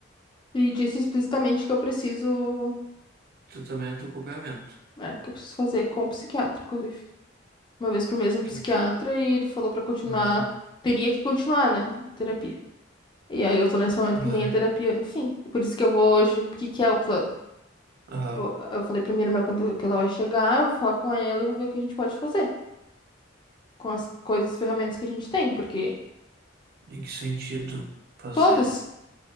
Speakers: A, on the left; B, on the right.
A: E disse explicitamente que eu preciso,
B: tratamento, e acompanhamento.
A: é, que eu preciso fazer com o psiquiatra, inclusive. Uma vez por mês
B: Isso
A: um
B: Quieto.
A: psiquiatra e ele falou pra continuar,
B: Aham,
A: teria que continuar, né, a terapia. E aí eu tô nesse momento
B: aham,
A: que nem a terapia, enfim, por isso que eu vou hoje, porque que que é o plano?
B: aham.
A: Vou- Eu falei primeiro, mas quando que ela vai chegar, eu vou falar com ela e vou ver o que a gente pode fazer com as coisas, ferramentas que a gente tem, porque
B: Em que sentido fazer?
A: todas,